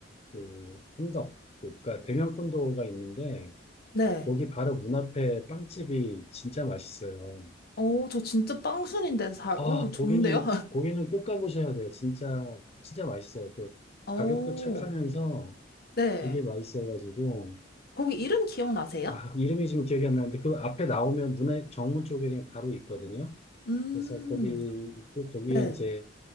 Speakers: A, on the left; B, on the left.
A: 그 햄덕 그니까 대명 콘도가 있는데
B: 네.
A: 거기 바로 문 앞에 빵집이 진짜 맛있어요.
B: 어, 저 진짜 빵순인데 잘,
A: 아,
B: 어,
A: 고기는,
B: 좋은데요?
A: 고기는 꼭 가보셔야 돼요. 진짜, 진짜 맛있어요. 그,
B: <laughs> 어,
A: 가격도 착하면서
B: 네.
A: 되게 맛있어가지고.
B: 거기 이름 기억나세요?
A: 아, 이름이 지금 기억이 안 나는데, 그 앞에 나오면 문화 정문 쪽에 그냥 바로 있거든요.
B: 음,
A: 그래서 거기 있고, 거기에
B: 네,
A: 이제